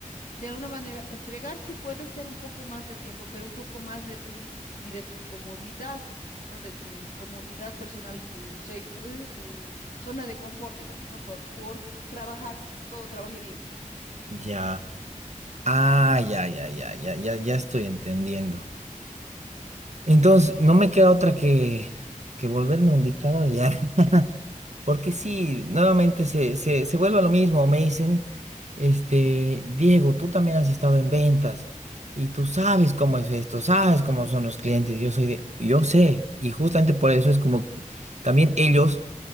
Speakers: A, on the left; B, on the right.
A: de alguna manera, entregar sí puede ser un poco más de tiempo, pero un poco más de ti y de tu comodidad, ¿no? De tu comodidad personal, tu safe, ¿cómo se dice? Tu zona de confort, digamos, ¿no? Por, por trabajar y que todo trabaje bien.
B: ya. Ah, ya, ya, ya, ya, ya, ya estoy entendiendo. Entonces, no me queda otra que, que volverme un dictador ya. Porque sí, nuevamente se, se, se vuelve a lo mismo. Me dicen, este, Diego, tú también has estado en ventas y tú sabes cómo es esto, sabes cómo son los clientes. Yo soy de, yo sé, y justamente por eso es como también ellos